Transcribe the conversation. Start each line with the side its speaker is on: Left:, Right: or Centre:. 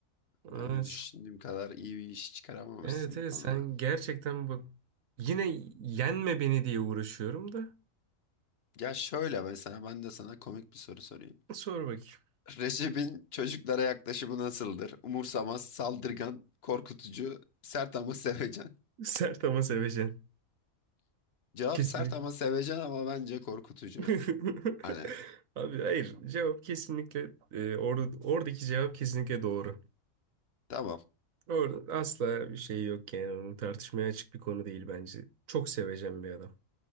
Right: Evet.
Left: yani düşündüğüm kadar iyi bir iş çıkaramamışsın
Right: Evet evet
Left: bu konuda.
Right: sen gerçekten bak yine yenme beni diye uğraşıyorum da.
Left: Ya şöyle mesela ben de sana komik bir soru sorayım.
Right: Sor bakayım.
Left: Recep'in çocuklara yaklaşımı nasıldır? Umursamaz, saldırgan, korkutucu, sert ama sevecen.
Right: <laughs> Sert ama seveceksin.
Left: Cevap
Right: Kesinlikle.
Left: sert ama sevecen ama bence korkutucu.
Right: <laughs>
Left: Hani
Right: Abi hayır cevap kesinlikle e, or- oradaki cevap kesinlikle doğru.
Left: tamam.
Right: Orada asla bir şey yok yani onun tartışmaya açık bir konu değil bence. Çok seveceğim bir adam.